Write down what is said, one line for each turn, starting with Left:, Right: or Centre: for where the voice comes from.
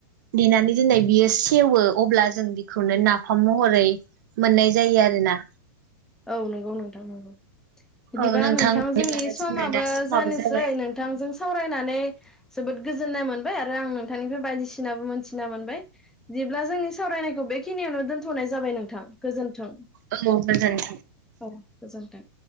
Right: देनानै दोनया बियो सेवो अब्ला जों बेखौनो नाफाम महरै मोननाय जायो आरोना।
Centre: औ नोंगौ नोंथां नोंगौ बिदिबा
Right: औ
Centre: नोंथां
Right: बिदिब्ला
Centre: जोंनि समाबो
Right: जोंना दा समाबो
Centre: जानोसै
Right: जाबाय
Centre: नोंथांजों सावरायनानै जोबोद गोजोननाय मोनबाय आरो आं नोंथांनिफ्राय बायदिसिनाबो मोनथिना मोनबाय। बिदिब्ला जोंनि सावरायनायखौ बेखिनियावनो दोनथ'नाय जाबाय नोंथां गोजोन्थों।
Right: औ गोजोन्थों
Centre: औ गोजोन्थों